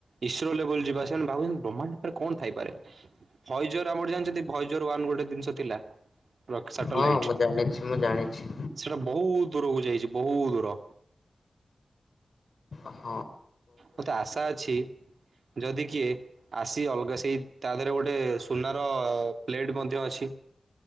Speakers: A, on the right; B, on the left.
A: ଇସ୍ରୋ ଲେବୁଲ ଯିବା ସେମାନେ ଭାବୁଛନ୍ତି ବ୍ରହ୍ମାଣ୍ଡ ଉପରେ କଣ ଥାଇପାରେ। ହଇଜୋର୍ <unintelligible> ଜାଣିଛନ୍ତି? ଭୈଜର ୱାନ୍ ଗୋଟେ ଜିନିଷ ଥିଲା। ସାଟେଲାଇଟ
B: ହଁ ମୁଁ ଜାଣିଛି ମୁଁ ଜାଣିଛି।
A: ସେଟା ବହୁତ ଦୂରକୁ ଯାଇଛି ବହୁତ ଦୂର
B: ଓହ
A: ମତେ ଆଶା ଅଛି, ଯଦି କିଏ। ଆସି ଅଲଗା ସେଇ ତା ଧେରେ ଗୋଟେ ସୁନାର ପ୍ଲେଟ୍ ମଧ୍ୟ ଅଛି।